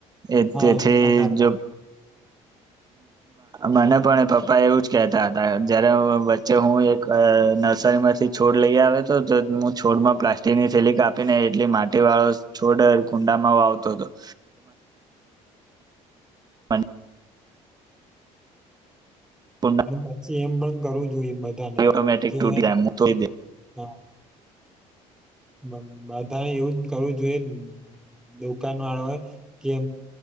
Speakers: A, on the right; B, in the centre.
A: એ
B: હા
A: તેથી
B: એના કારણે
A: જો મને પણ પપ્પા એવું જ કેહતા હતા. જયારે વચ્ચે હું એક નર્સરી માંથી છોડ લઈ આવેયો હતો. હું છોડમાં પ્લાસ્ટિકની ફેલી કાપીને એટલી માટી વાળો છોડ કુંડામાં વાવતો હતો. <unintelligible> કુંડા
B: અને પછી એમ પણ કરવું જોઈએ બધાને
A: ઓટોમેટિક
B: કે
A: તૂટી
B: હા બધા એવું જ કરવું જોઈએ. દુકાન વાળો કે